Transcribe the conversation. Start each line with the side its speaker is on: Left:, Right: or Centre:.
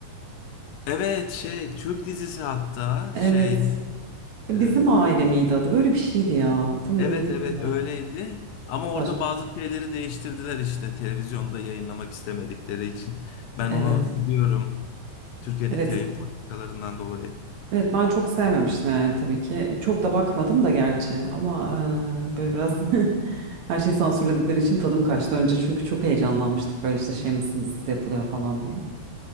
Left: Evet şey Türk dizisi hatta
Right: Evet.
Left: şey
Right: E,
Left: e,
Right: Bizim aile miydi adı? Öyle bir şeydi ya. Tam
Left: evet
Right: emin değilim
Left: evet
Right: de.
Left: öyleydi. Ama
Right: Saçma.
Left: orada bazı şeyleri değiştirdiler işte televizyonda yayınlamak istemedikleri için. Ben
Right: Evet.
Left: onu biliyorum. Türkiye'deki
Right: Evet.
Left: yayın politikalarından dolayı.
Right: Evet ben çok sevmemiştim yani tabii ki. Çok da bakmadım da gerçi ama e, böyle biraz <laughs> her şeyi sansürledikleri için tadım kaçtı. Önce çünkü çok heyecanlanmıştık böyle işte şey mısın dizisi yapılıyor falan diye.